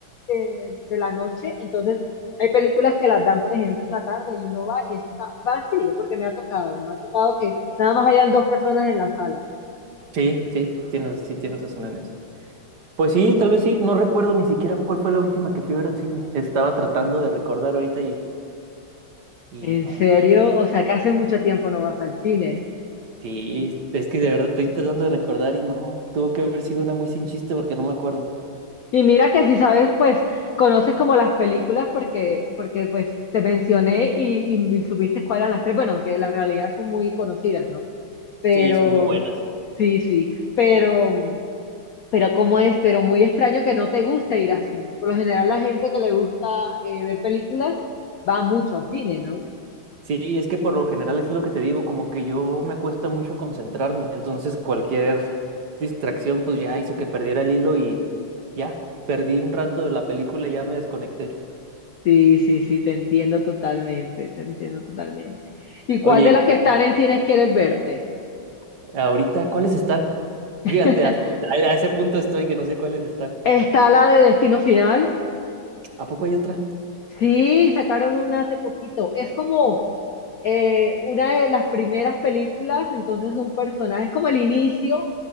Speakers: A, on the left; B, on the right.
A: eh, de la noche, entonces hay películas que las dan, por ejemplo, en la tarde y uno va y eso está vacío, porque me ha tocado, ¿no? Ha tocado que nada más hayan dos personas en la sala.
B: sí, sí, tienes, sí, tienes razón en eso. Pues sí, tal vez sí, no recuerdo ni siquiera cuál fue la última que fui a ver al cine. Estaba tratando de recordar ahorita y, y
A: ¿En
B: no.
A: serio? O sea, que hace mucho tiempo no vas al cine.
B: Sí, es que de verdad estoy tratando de recordar y no, tuvo que haber sido una muy sin chiste porque no me acuerdo.
A: Y mira que si sabes, pues conoces como las películas porque, porque pues te mencioné y, y, y supiste cuáles eran las tres, bueno, aunque las realidad son muy conocidas, ¿no? Pero,
B: Sí, son muy buenas.
A: sí, sí, pero, pero cómo es, pero muy extraño que no te guste ir a cine. Por lo general la gente que le gusta eh, ver películas va mucho a cine, ¿no?
B: Sí, es que por lo general es lo que te digo, como que yo me cuesta mucho concentrarme, entonces cualquier distracción pues ya hizo que perdiera el hilo y ya, perdí un rato de la película y ya me desconecté.
A: Sí, sí, sí, te entiendo totalmente, te entiendo totalmente. ¿Y cuál
B: Oye,
A: de las que están en cines quieres verte?
B: y ahorita, ¿cuáles están?
A: <laughs>
B: Fíjate, hasta- a, a ese punto estoy que no sé cuáles están.
A: Está la de Destino Final.
B: ¿A poco hay otra?
A: Sí, sacaron una hace poquito. Es como eh, una de las primeras películas, entonces un personaje, es como el inicio,